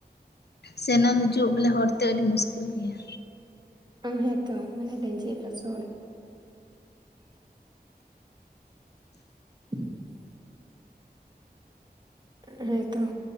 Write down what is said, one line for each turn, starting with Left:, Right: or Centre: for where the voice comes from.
Left: ᱥᱮᱱᱚᱜ ᱦᱤᱡᱩᱜ ᱵᱚᱞᱮ ᱦᱚᱨᱛᱮ ᱟᱹᱰᱤ ᱢᱩᱥᱠᱤᱞ ᱜᱮᱭᱟ
Right: ᱚ ᱦᱮᱸᱛᱚ ᱢᱟᱱᱮ ᱞᱮᱸᱡᱮᱫ ᱞᱚᱥᱚᱫ <inaudible> ᱦᱮᱸᱛᱚ